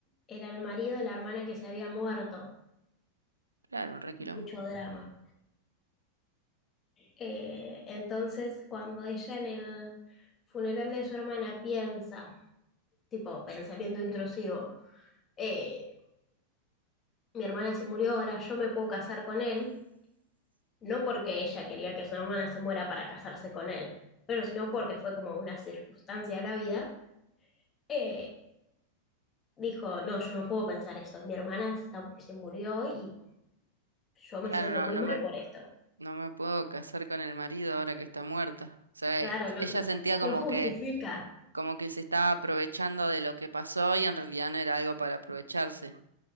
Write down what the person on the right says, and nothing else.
Claro, un re quilombo.
Claro,
no,
no
me,
no me puedo casar con el marido ahora que está muerta. O sea,
e- ella
sentía como
que, como que se estaba aprovechando de lo que pasó y en realidad no era algo para aprovecharse.